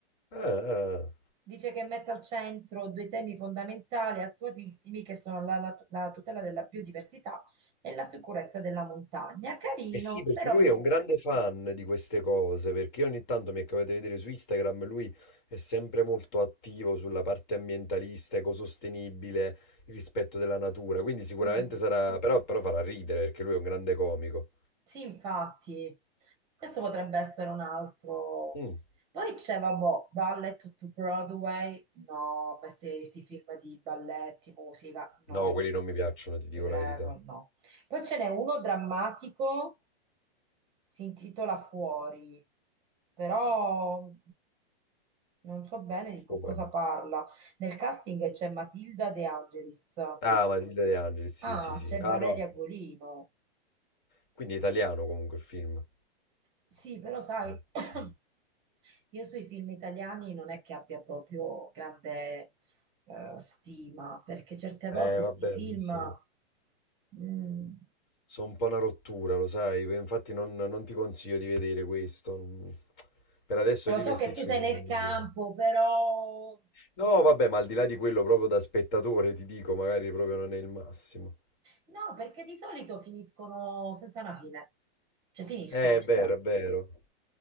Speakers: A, on the left; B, on the right.
A: Ah, ah.
B: Dice che mette al centro due temi fondamentali, attualissimi, che sono la, la- la tutela della biodiversità e la sicurezza della montagna. Carino,
A: Eh sì, perché
B: però
A: lui
B: boh.
A: è un grande fan di queste cose, perché ogni tanto mi è capitato di vedere su Instagram, lui è sempre molto attivo sulla parte ambientalista, ecosostenibile, il rispetto della natura, quindi sicuramente
B: Mm,
A: sarà, però, però farà ridere perché lui è un grande comico.
B: Sì, infatti, questo potrebbe essere un altro.
A: Mm.
B: Poi c'è, vabbè, Ballet to Broadway. No, ma questi film di balletti, musica, no.
A: No, quelli non mi piacciono, ti dico
B: Ti prego,
A: la verità.
B: no. Poi ce n'è uno drammatico, si intitola Fuori, però non so bene di co-
A: Fuori.
B: cosa parla. Nel casting c'è Matilda De Angelis.
A: Ah, Matilde De Angelis, sì,
B: Ah,
A: sì, sì.
B: c'è
A: Ah,
B: Valeria
A: no.
B: Golino.
A: Quindi è italiano comunque il film.
B: Sì, però
A: Sì,
B: sai, <clears throat> <coughs>
A: sì.
B: io sui film italiani non è che abbia proprio grande eh, stima, perché certe
A: Eh,
B: volte
A: va
B: sti
A: bene,
B: film...
A: sì.
B: mm,
A: Sono un po' una rottura, lo sai, infatti non, non ti consiglio di vedere questo. non- Per adesso
B: Lo
A: Lilo
B: so
A: e Stitch
B: che tu sei
A: mi sembra
B: nel
A: il migliore.
B: campo, però...
A: No,
B: mm,
A: vabbè, ma al di là di quello, proprio da spettatore ti dico, magari proprio non è il massimo.
B: No, perché di solito finiscono senza una fine. Cioè finiscono,
A: Eh, è
B: stop.
A: vero, è vero.